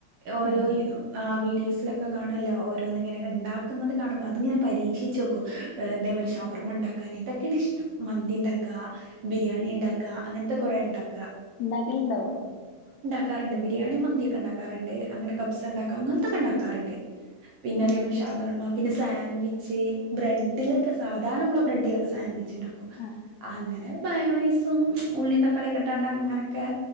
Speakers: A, on the right; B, on the left.
A: ഓരോ
B: ഏഹ്.
A: ഇ ആ വീഡിയോസിലൊക്കെ കാണൊല്ലോ ഓരോനിങ്ങനെക്കെ ണ്ടാക്കുന്നത് കാണുമ്പോ അതിങ്ങനെ പരീക്ഷിച്ചോക്കും എന്തേ ഒരു ഷവർമണ്ടാക്കാന് ഇതൊക്കെണ് ഇഷ്ട്ടം മന്തിണ്ടാക്ക ബിരിയാണിണ്ടാക്ക അങ്ങനത്തെ കൊറെണ്ടാക്ക
B: ണ്ടാക്കല്ണ്ടോ
A: ക്കാറുണ്ട് ബിരിയാണിം മന്തിയൊക്കെണ്ടാക്കാറ്ണ്ട് അങ്ങനെ കബ്സണ്ടാക്കും അങ്ങനത്തെക്കെണ്ടാക്കാറുണ്ട് പിന്നെ
B: ഉം
A: അതേമാരി ഷവർമ്മ പിന്നെ സാൻവിച്ച് ബ്രെഡിലൊക്കെ സാധാരണമളെ ബ്രെഡിലൊക്കെ സാൻവിച്ച് ച്ച്ണ്ടാക്കും
B: ആ
A: അങ്ങനെ മയോണൈസ് <unintelligible> ഉള്ളീം തക്കാളിഒക്കെട്ടാണ്ടങ്ങനെക്കെ